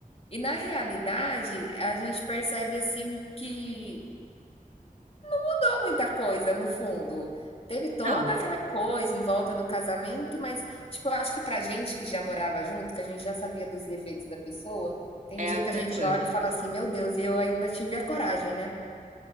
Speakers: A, on the left (about 40°); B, on the right (about 55°).
A: e na realidade a gente percebe, assim, que mudou muita coisa, no fundo. Teve toda
B: não,
A: aquela coisa em volta do casamento, mas, tipo, eu acho que pra gente que já morava junto, que a gente já sabia dos defeitos da pessoa, tem
B: é
A: dia
B: outra
A: que a gente
B: coisa.
A: olha e fala assim: Meu Deus, eu ainda tive a coragem, né?